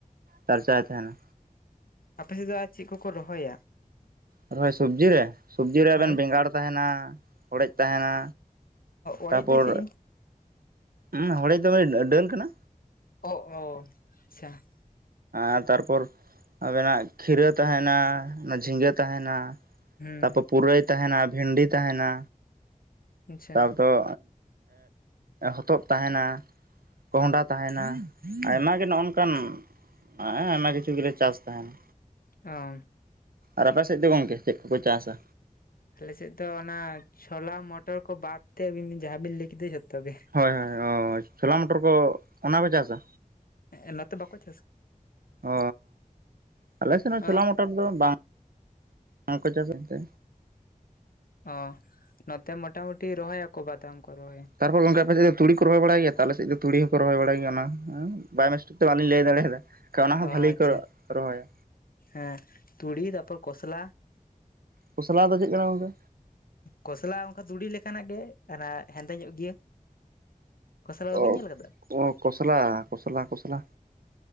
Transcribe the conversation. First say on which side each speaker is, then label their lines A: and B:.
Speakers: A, on the right (about 85°); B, on the left (about 80°).
A: ᱪᱟᱨᱪᱟᱭ ᱛᱟᱦᱮᱱᱟ᱾
B: ᱟᱯᱮᱥᱮᱫ ᱫᱚ ᱟᱨ ᱪᱮᱫ ᱠᱚᱠᱚ ᱨᱚᱦᱚᱭᱟ?
A: ᱟᱨᱚᱭ ᱥᱚᱵᱡᱤ ᱨᱮ ᱥᱚᱵᱡᱤ ᱨᱮ ᱟᱵᱮᱱ
B: ᱦᱳᱭ
A: ᱵᱮᱸᱜᱟᱲ ᱛᱟᱦᱮᱱᱟ ᱦᱚᱲᱮᱡ ᱛᱟᱦᱮᱱᱟ᱾
B: ᱚᱲᱮᱡ
A: ᱛᱟᱯᱚᱨ
B: ᱫᱚ ᱪᱮᱫ
A: ᱦ ᱦᱚᱲᱮᱡ ᱫᱚᱢᱮ ᱰᱟᱹᱱ ᱠᱟᱱᱟ᱾
B: ᱚ ᱚ ᱟᱪᱪᱷᱟ᱾
A: ᱟᱨ ᱛᱟᱨᱯᱚᱨ ᱟᱵᱮᱱᱟᱜ ᱠᱷᱤᱨᱟᱹ ᱛᱟᱦᱮᱱᱟ ᱚᱱᱟ ᱡᱷᱤᱸᱜᱟᱹ ᱛᱟᱦᱮᱱᱟ᱾
B: ᱦᱩᱸ
A: ᱛᱟᱯᱚᱨ ᱯᱩᱨᱟᱹᱭ ᱛᱟᱦᱮᱱᱟ ᱵᱷᱮᱱᱰᱤ ᱛᱟᱦᱮᱱᱟ
B: ᱟᱪᱪᱷᱟ
A: ᱛᱟᱨᱯᱚᱨ᱾ ᱦᱚᱛᱚᱫ ᱛᱟᱦᱮᱱᱟ᱾ ᱠᱚᱦᱰᱟ ᱛᱟᱦᱮᱱᱟ ᱟᱭᱢᱟ ᱜᱮ ᱱᱚᱜ ᱱᱚᱝᱠᱟᱱ᱾ ᱦᱮ ᱟᱭᱢᱟ ᱠᱤᱪᱷᱩ ᱜᱮᱞᱮ ᱪᱟᱥ ᱛᱟᱦᱮᱱᱟ᱾
B: ᱚ
A: ᱟᱨ ᱟᱯᱮ ᱥᱮᱫ ᱫᱚ ᱜᱚᱝᱠᱮ ᱪᱮᱫ ᱠᱚᱠᱚ ᱪᱟᱥᱟ?
B: ᱟᱞᱮᱥᱮᱫ ᱫᱚ ᱚᱱᱟ ᱪᱷᱞᱟ ᱢᱚᱴᱚᱨ ᱠᱚ ᱵᱟᱫ ᱛᱮ ᱟᱹᱵᱤᱱ ᱡᱟᱦᱟᱸ ᱵᱤᱱ ᱞᱟᱹᱭ ᱠᱮᱫᱟ ᱡᱷᱚᱛᱚ ᱜᱮ᱾
A: ᱦᱚᱳᱭ ᱦᱳᱭ ᱚ ᱪᱷᱳᱞᱟ ᱢᱚᱴᱚᱨ ᱠᱚ ᱚᱱᱟᱠᱚ ᱪᱟᱥᱟ᱾
B: ᱦᱮᱸ ᱱᱚᱛᱮ ᱵᱟᱠᱚ ᱪᱟᱥᱫᱟ᱾
A: ᱚ ᱟᱞᱮ ᱥᱮᱫ ᱦᱚᱸ ᱪᱷᱳᱞᱟ
B: ᱚ
A: ᱢᱚᱴ᱾ ᱰᱠᱚᱨ ᱫᱚ <unintelligible> ᱵᱟᱝᱠᱚ ᱪᱟᱥᱮᱫᱛᱮ᱾
B: ᱚ ᱱᱚᱛᱮ ᱢᱳᱚᱴᱟᱢ ᱢᱩᱴᱤ ᱨᱚᱦᱚᱭ ᱭᱟᱠᱚ ᱵᱟᱫᱟᱢ ᱠᱚ ᱨᱚᱦᱚᱭ᱾
A: ᱛᱟᱨᱯᱚᱨ ᱚᱱᱠᱟᱯᱮᱫ ᱫᱚ ᱛᱲᱤ ᱨᱚᱦ ᱵᱟᱲ ᱜᱮᱭᱟᱦᱚᱞᱮᱫ ᱫᱚ ᱛᱩᱤ ᱦᱚᱸᱠᱚ ᱨᱚᱦᱚᱭ ᱵᱟᱭ ᱜᱮᱭᱟ ᱚᱱᱟ᱾ ᱦᱮᱸ ᱵᱟᱭᱳᱢᱤᱥᱴᱤᱠ ᱛᱮ ᱵᱟᱟᱹᱞᱤᱧ ᱞᱟᱹᱭ ᱫᱟᱲᱮᱭᱟᱫᱟ ᱚᱱᱟ ᱦᱚᱸ
B: ᱚ
A: ᱵᱷᱟᱞᱤ
B: ᱟᱪᱪᱷᱟ
A: ᱠᱚ ᱨᱚᱦᱚᱭᱟ᱾
B: ᱦᱮᱸ ᱛᱩᱲᱤ ᱛᱟᱨᱯᱚᱨ ᱠᱚᱥᱞᱟ᱾
A: ᱠᱚᱥᱞᱟᱣ ᱫᱚ ᱪᱮᱫ ᱠᱟᱱᱟ ᱜᱚᱝᱠᱮ?
B: ᱠᱚᱚᱥᱞᱟ ᱚᱱᱠᱟ ᱛᱩᱲᱤ ᱞᱮᱠᱟᱱᱟᱜ ᱜᱮ ᱚᱱᱟ ᱦᱮᱸᱫᱮ ᱧᱚᱜ ᱜᱮᱭᱟ᱾ ᱠᱚᱥᱞᱟ
A: ᱚ
B: ᱵᱟᱹᱧ ᱧᱮᱞ ᱟᱠᱟᱫᱟ᱾
A: ᱚ ᱠᱚᱥᱞᱟ, ᱠᱚᱥᱞᱟ, ᱠᱚᱥᱞᱟ,